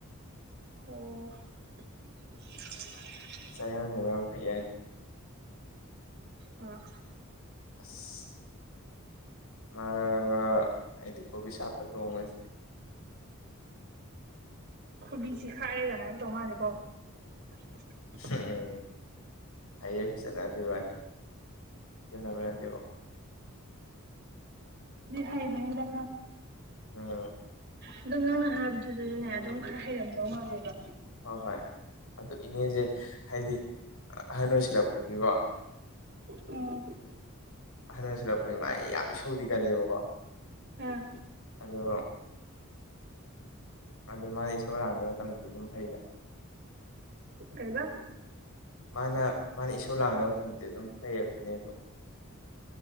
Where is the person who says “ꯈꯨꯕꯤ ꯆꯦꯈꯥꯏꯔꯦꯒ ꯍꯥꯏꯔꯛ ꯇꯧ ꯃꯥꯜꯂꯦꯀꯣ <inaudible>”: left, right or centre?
Right